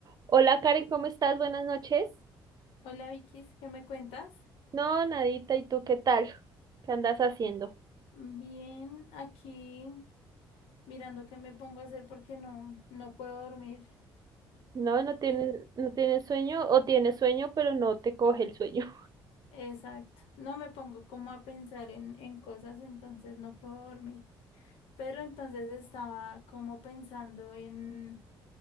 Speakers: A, on the right; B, on the left.
A: Hola Karen, ¿cómo estás? Buenas noches.
B: Hola Vikis, ¿qué me cuentas?
A: No, nadita, ¿y tú qué tal? ¿Qué andas haciendo?
B: Bien, aquí mirando qué me pongo a hacer porque no, no puedo dormir.
A: No, no tienes,
B: En-
A: no tienes sueño o tienes sueño, pero no te coge el sueño.
B: Exacto, no me pongo como a pensar en, en cosas, entonces no puedo dormir. Pero entonces estaba como pensando en,